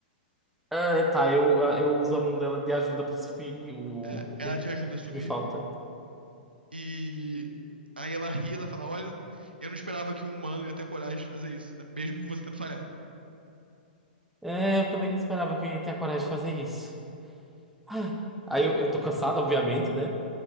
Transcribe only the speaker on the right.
É,
ela te
ajuda a subir,
e aí ela ri, ela fala: Olha, eu não esperava que um humano ia ter coragem de fazer isso, né, mesmo você tendo falhado.